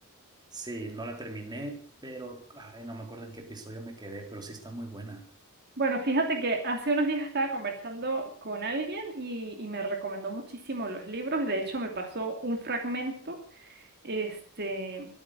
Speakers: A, on the right; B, on the right.
A: Sí, no la terminé, pero ay, no me acuerdo en qué episodio me quedé, pero sí está muy buena.
B: Bueno, fíjate que hace unos días estaba conversando con alguien y, y me recomendó muchísimo los libros. De hecho, me pasó un fragmento Este,